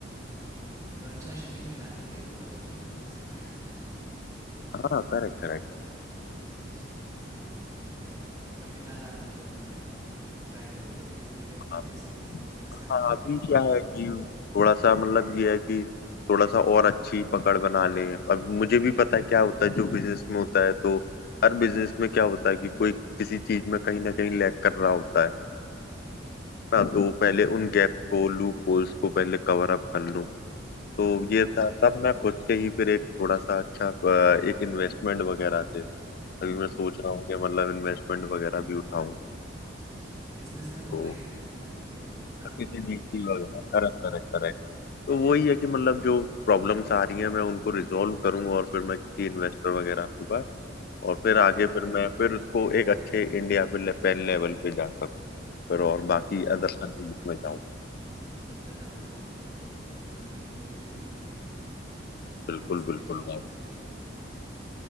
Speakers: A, on the right (about 20°); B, on the left (about 55°).
A: ये ब अच्छा शिपिंग मिला के ये तो एक्चुअली बहुत सस्ता है। <laughs>
B: हाँ करेक्ट करेक्ट
A: अच्छा, अच्छा शिपिंग के साथ है, ठीक है। पर फ़िलहाल आप इंडिया में ही कर रहे हो अभी, ट्राई करोगे धीरे-धीरे है ना
B: हाँ
A: जैसे बिज़नेस एक्सपैंड
B: हाँ,
A: करेगा।
B: अभी क्या है कि थोड़ा सा मतलब ये है कि थोड़ा सा और अच्छी पकड़ बना लें अब मुझे भी पता है क्या होता है जो बिजनेस में होता है तो हर बिजनेस में क्या होता है कि कोई किसी चीज में कहीं ना कहीं लैग कर रहा होता है
A: हुँ,
B: ना तो पहले उन गैप को लूप होल्स को पहले कवर अप कर लूं
A: बिल्कुल,
B: तो
A: बिल्कुल।
B: ये था तब मैं खुद से ही फिर एक थोड़ा सा अच्छा अ, एक इन्वेस्टमेंट वगैरह थे अभी
A: हुँ,
B: मैं सोच रहा हूँ कि मतलब इन्वेस्टमेंट वगैरह भी उठाऊं
A: अच्छा, अच्छा। बिज़नेस में होता
B: तो
A: ही है ऐसा है ना, 2-3 साल
B: किसी
A: तो लगते
B: बीसी
A: हैं
B: वगैरह
A: मिनिमम।
B: Correct correct correct तो वही है कि मतलब जो प्रॉब्लम्स आ रही हैं मैं उनको रिजॉल्व करूंगा और फिर मैं किसी इन्वेस्टर वगैरह के पास
A: अच्छा।
B: और फिर आगे फिर मैं फिर उसको एक अच्छे इंडिया पे ले, पेन लेवल पे जा सकूँ फिर और
A: अरे
B: बाकी
A: वाह
B: अदर कंट्रीज में जाऊँ
A: भाई गुड लक आपको आई होप कि जल्दी हो ये सब बढ़िया फिर प्रोडक्ट्स
B: बिल्कुल बिल्कुल
A: भेजो आप मुझे भी यहाँ पे